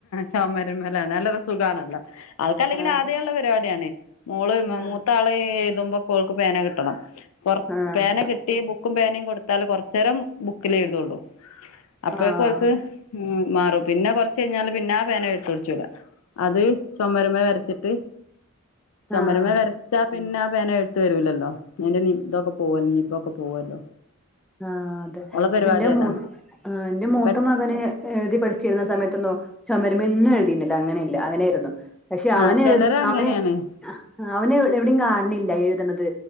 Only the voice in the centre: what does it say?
ആഹ് അതെ
ആഹ്
ആഹ്
ആഹ്
ആഹ്
ആ അതെ
ഇന്റെ മൂ
ആ ഇന്റെ മൂത്ത
മകന് എഴുതി പഠിച്ചിരുന്ന സമയത്തന്നോ ചോമര്മേന്നും എഴുതിരുന്നില്ല അങ്ങനെ ഇല്ല അങ്ങനെയിരുന്നു പക്ഷെ അവന്
എഴുത്
അവന് ആ അവന് എവ് എവ്ടിം കാൺണില്ല എഴുത്ണത്